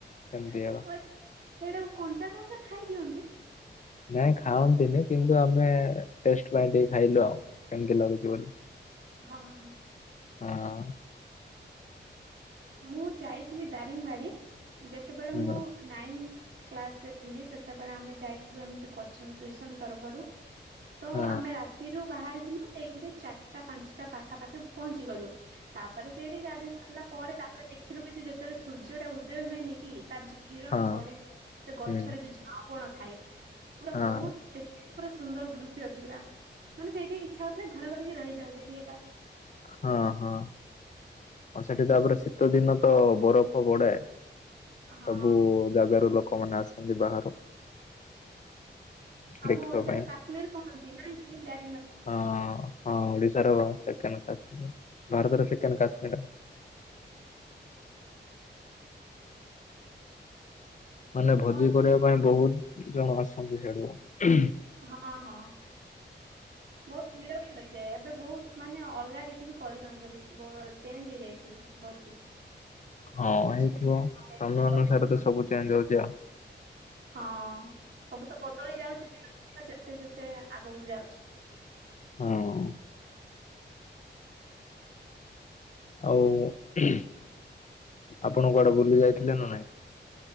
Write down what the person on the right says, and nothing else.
ହାଁ
ବାସ ସେଟାକୁ କଞ୍ଚା କଞ୍ଚା ଖାଇ ଦିଅନ୍ତି?
ହଁ ହଁ ହଁ।
ମୁଁ ଯାଇଥିଲି ଦାରିଙ୍ଗବାଡି। ଯେତେବେଳେ
ମୁଁ ନାଇନ୍ଥ କ୍ଲାସ ରେ ଥିଲି ସେତେବେଳେ ଆମେ ଯାଇଥିଲୁ ଏମିତି କୋଚିଂ ଟ୍ୟୁସନ ତରଫରୁ। ତ
ଆମେ ରାତିରୁ ବାହାରିଥିଲୁ ତ ସେଇଠିରେ ଚାରଟା ପାଞ୍ଚ ଟା ପାଖା ପାଖି ପହଞ୍ଚି ଗଲୁ। ତାପରେ ସେଇଠି ଗାଧେଇ ସାରିଲା ପରେ ତାପରେ ଦେଖିଲୁ କିଛି ଯେତେବେଳେ ସୂର୍ଯ୍ୟ ଟା ଉଦୟ ହୁଏ ନି କି? ତାର ଯୋଉ କିରଣ
ପଡେ ସେ ଗଛରେ
ଯୋଉ ଝାଉ ବଣ ଥାଏ ପୁରା
ବହୁତ ଦେ <unintelligible> ପୁରା ସୁନ୍ଦର ଦୃଶ୍ୟ ଥିଲା। ମାନେ ସେଇଠି ଇଚ୍ଛା ହଉଥିଲା ଘର କରିକି ରହିଯାଅ ସେଠି ଏକା।
ହଁ
ଆମ
ଓଡିଶାର
କାଶ୍ମୀର କହନ୍ତି ନାଇଁ କି ଦା
କଣ କହିଲେ
ହଁ ହଁ ବହୁତ ଭିଡ଼ ବି ହୁଏ। ହେଯାଏ ଏବେ ବହୁତ ମାନେ ଅଲଗା କିଛି ବି କରିଛନ୍ତି ବଧେ ବ ଚେଞ୍ଜ ହେଇଯାଇଛି ବହୁତ କିଛି।
କିଛି
ହଁ ସବୁ ତ ବଦଳି ଯାଉଛି ଦିନକୁ ଦିନ ଯେ ଯେତେ ଯେତେ ଆଗକୁ ଯାଉଛୁ।